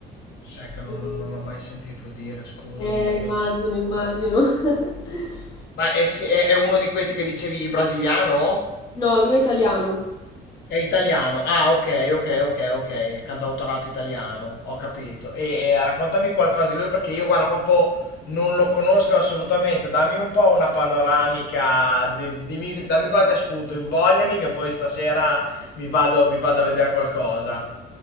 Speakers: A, on the left; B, on the left.
A: Sai che non,
B: E-
A: non l'ho mai sentito dire, scusami,
B: Eh,
A: ma
B: immagino,
A: io sono
B: immagino.
A: un po'...
B: <laughs>
A: Ma è, se- è- è uno di questi che dicevi brasiliano?
B: No, lui è italiano.
A: È italiano. Ah, ok, ok, ok, ok. Cantautorato italiano, ho capito. E, e raccontami qualcosa di lui perché io, guarda, proprio non lo conosco assolutamente. Dammi un po' una panoramica, di- dimmi- dammi qualche spunto, invogliami che poi stasera mi vado mi vado a vedere qualcosa.